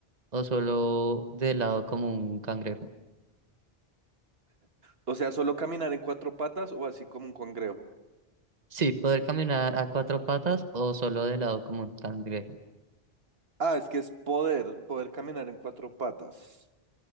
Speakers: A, on the right; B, on the right.
A: o solo de lado como un cangrejo?
B: O sea, solo caminar en cuatro patas o así como un congrejo.
A: Sí, poder caminar a cuatro patas o solo de lado como un cangrejo.
B: Ah, es que es poder, poder caminar en cuatro patas.